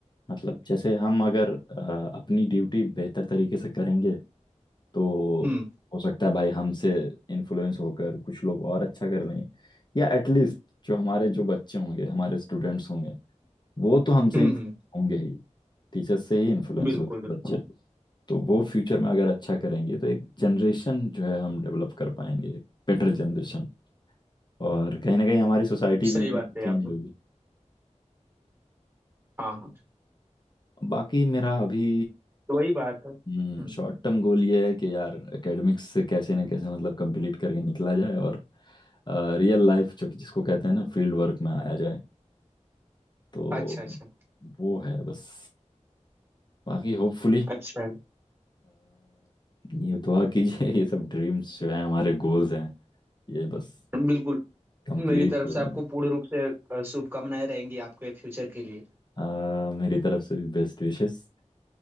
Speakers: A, on the left; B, on the right.
A: मतलब जैसे हम अगर अ, अपनी ड्यूटी बेहतर तरीके से करेंगे तो
B: हम्म
A: हो सकता है भाई हमसे इन्फ्लुएंस होकर कुछ लोग और अच्छा कर लेंगे या एटलीस्ट जो हमारे जो बच्चे होंगे हमारे स्टूडेंट्स होंगे वो तो हमसे
B: हम्म
A: इन्फ्लुएंस
B: हम्म
A: होंगे ही टीचर्स से ही इन्फ्लुएंस
B: बिल्कुल
A: होते हैं
B: बिल्कुल
A: बच्चे तो वो फ्यूचर में अगर अच्छा करेंगे तो एक जनरेशन जो है हम डेवलप कर पाएंगे बेटर जनरेशन और कहीं ना कहीं हमारी सोसाइटी भी
B: सही
A: उसी
B: बात कही
A: चेंज
B: आपने
A: होगी
B: हाँ हाँ
A: बाकी मेरा अभी
B: तो वही बात है हम्म
A: हम्म शॉर्ट टर्म गोल ये है कि यार एकेडमिक्स से कैसे ना कैसे मतलब कंप्लीट करके निकला जाए और रियल लाइफ जो जिसको कहते हैं ना फील्ड वर्क में आया जाए तो
B: अच्छा अच्छा
A: वो है बस बाकी होपफुली
B: अच्छा
A: ये दुआ कीजिए <laughs> ये सब ड्रीम्स जो हैं हमारे गोल्स हैं ये बस
B: बिल्कुल
A: कंप्लीट
B: मेरी तरफ
A: हो
B: से
A: जाए
B: आपको पूर्ण रूप से अ, शुभकामनाएं रहेंगी आपके फ्यूचर के लिए
A: <laughs> मेरी तरफ से भी बेस्ट विशेस